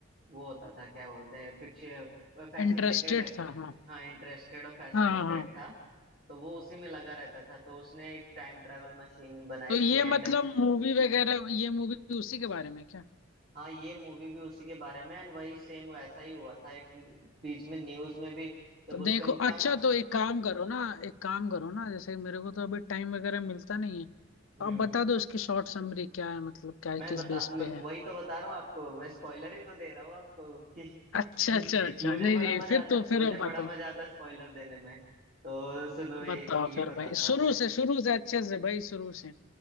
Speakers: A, on the right; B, on the left.
A: वो होता था क्या बोलते हैं फिक्शन फैसिनेटेड
B: इंटरेस्टेड था हाँ
A: हाँ इंटरेस्टेड और फैसिनेटेड
B: हाँ हाँ हाँ।
A: था तो वो उसी में लगा रहता था तो उसने एक टाइम ट्रैवल मशीन बनाई
B: तो ये
A: थी एंड
B: मतलब मूवी वगैरह ये मूवी उसी के बारे में क्या
A: हाँ ये मूवी भी उसी के बारे में एंड वही सेम वैसा ही हुआ था एक बीच में न्यूज में भी जब
B: तो
A: उस
B: देखो
A: टाइम था
B: अच्छा
A: ना
B: तो एक काम करो ना एक काम करो ना जैसे मेरे को तो अभी टाइम वगैरह मिलता नहीं है तो
A: हम्म
B: आप बता दो इसकी शॉर्ट समरी क्या है मतलब क्या है
A: मैं
B: किस
A: बता
B: बेस
A: मैं
B: पे है
A: वही तो बता रहा हूँ आपको मैं स्पॉइलर ही तो दे रहा हूँ आपको कि
B: अच्छा अच्छा अच्छा
A: <laughs> मुझे
B: नहीं
A: बड़ा
B: नहीं
A: मजा
B: फिर
A: आता
B: तो फिर
A: मुझे
B: अब
A: बड़ा
B: बताओ
A: मजा आता है स्पॉइलर देने में तो सुनो ये
B: बताओ
A: ये
B: फिर
A: बताता
B: भाई शुरू
A: हूँ मैं
B: से शुरू से अच्छे से भाई शुरू से